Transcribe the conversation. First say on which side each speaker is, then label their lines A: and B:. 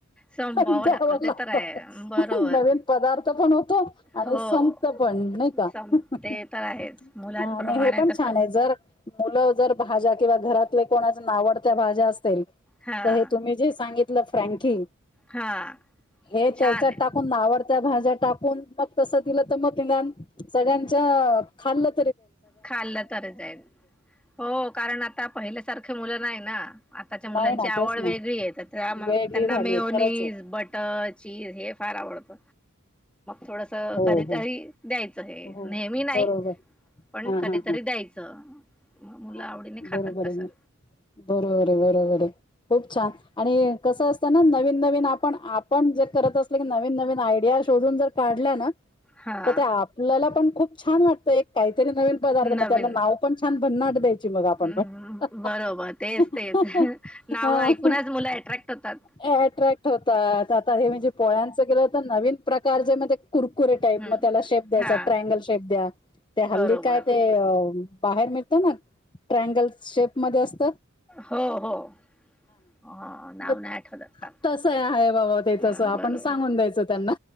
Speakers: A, in the centre; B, on the left.
A: संपवावं
B: द्याव
A: लागतं
B: लागत.
A: ते तर आहे बरोबर
B: नवीन पदार्थ पण होतो आणि
A: हो
B: संपत पण नाही का?
A: सम ते
B: अ
A: तर आहेच मुलांप्रमाणे
B: नाही हे, पण
A: तसं
B: छान आहे. जर मुलं जर भाज्या किंवा घरातले कोणाच नावडत्या भाज्या असेल,
A: हां
B: हे तुम्ही जे सांगितलं फ्रँकी,
A: हां
B: हे
A: छान
B: त्याच्यात
A: आहे
B: टाकून आवडत त्या भाज्या टाकून मग तसं दिलं तर मग तान सगळ्यांच्या, खाल्ल,
A: खाल्लं तर जाईल. हो कारण आता पहिलं, सारख मुलं नाही ना, आताच्या मुलांची
B: नाही ना
A: आवड
B: तेच ना
A: वेगळी आहे. तर त्या
B: वेगळी
A: त्यांना
B: झालीय
A: मेओनीज
B: खरंच आहे
A: बटर चीज हे फार आवडत. थोडस
B: हो
A: कधीतरी
B: हो
A: द्यायचं, हे
B: हो
A: नेहमी नाही.
B: बरोबर
A: पण
B: हा
A: कधीतरी
B: हा
A: द्यायचं.
B: हा
A: मुलं
B: हा
A: आवडीने खातात
B: बरोबर
A: तसं
B: आहे. म बरोबर आहे बरोबर आहे खूप छान आणि कस असत. नवीन नवीन आपण, आपण जे करत असल की नवीन नवीन आयडिया शोधून जर काढल्या ना.
A: हा
B: तर ते आपल्याला पण, खूप छान वाटतेय एक, काहीतरी नवीन पदार्थ,
A: नवीन
B: मग त्याला नाव पण छान भन्नाड दे. <inaudible> <unintelligible>
A: हम्म बरोबर तेच तेच नाव ऐकूनच मुलं अट्रॅक्ट होतात
B: कुरकुरे टाईप
A: हम्म
B: मग त्याला शेप द्यायचा,
A: हा
B: ट्रायंगल शेप द्या ते हल्ली
A: बरोबर
B: काय ते.. बाहेर निघ. की नाही ट्रानगल शेप मध्ये असत.
A: हो हो - अं -नाव
B: मग
A: नाही आठवत आता-
B: तसं आहे बाबा ते
A: हं-
B: तसं आपण
A: बरोबर
B: सांगून द्यायचं त्यांना